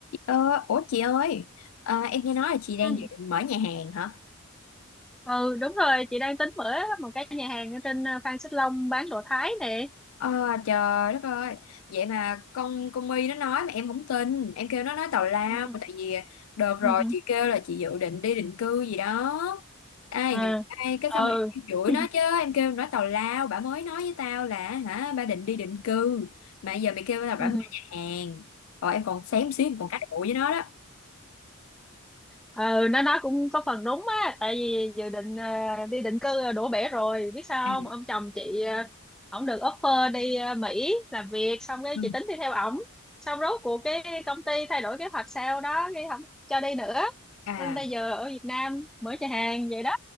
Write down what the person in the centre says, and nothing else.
Ừ.
ừ đúng rồi chị đang tính mở một cái nhà hàng ở trên ờ, Phan Xích Long bán đồ Thái nè
ừ
ừ
à,
ừ
<laughs>
ừ
ừ nó nói cũng có phần đúng á tại vì dự định ờ, đi định cư đổ bể rồi biết sao
không ông chồng chị ờ, ổng được offer đi ờ, Mỹ làm việc xong cái
chị tính đi theo ổng xong rốt cuộc cái công ty thay đổi kế hoạch sao đó cái không cho đi nữa
nên bây giờ ở Việt Nam mở nhà hàng vậy đó